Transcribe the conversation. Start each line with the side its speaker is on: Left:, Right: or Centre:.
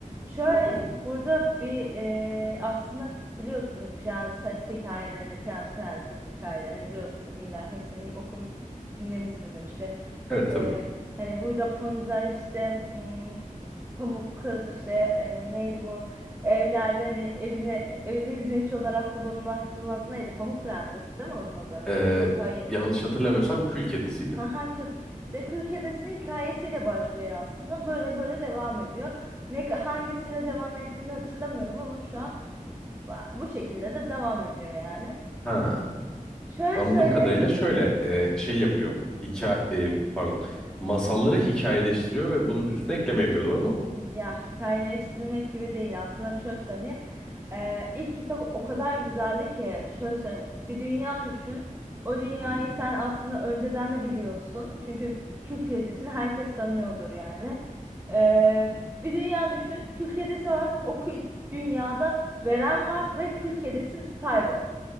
Right: Şöyle
Centre: Hı hı.
Right: burada bir eee, aslında biliyorsunuz prenses hikayelerini, prens prenses hikayelerini biliyorsunuz. İlla hepsini okumuşsun, dinlemişsindir işte.
Centre: Evet tabii.
Right: Eee, hani bu Rapunzel işte hmm, Pamuk Kız işte eee, neydi bu? Evlerde hani evine, evinde hizmetçi olarak kullanılan kızın adı neydi? Pamuk Prensesi değil mi onun adı?
Centre: Ee,
Right: Yok hayır.
Centre: yanlış hatırlamıyorsam kül kedisiydi.
Right: Haha Kürk. İşte Kürk Kedisi'nin hikayesiyle başlıyor aslında. Böyle böyle devam ediyor. Ne hangisine devam ettiğini hatırlamıyorum ama şu an bu bu şekilde de devam ediyor yani.
Centre: Ha,
Right: Şöyle
Centre: anladığım
Right: söyleyeyim.
Centre: kadarıyla şöyle e, şey yapıyor. Hikaye pardon. Masalları hikayeleştiriyor ve bunun üstüne ekleme yapıyor doğru mu?
Right: Ya hikayeleştirmek gibi değil aslında şöyle söyleyeyim. Ee, ilk kitabı o kadar güzeldi ki şöyle söyleyeyim. Bir dünya düşün. O dünyayı
Centre: Hı hı.
Right: sen aslında önceden de biliyorsun. Çünkü kül kedisini herkes tanıyordur yani. Ee, bir dünya düşün. Kül kedisi var. O kül dünyada Veren var ve kül kedisi Cyborg.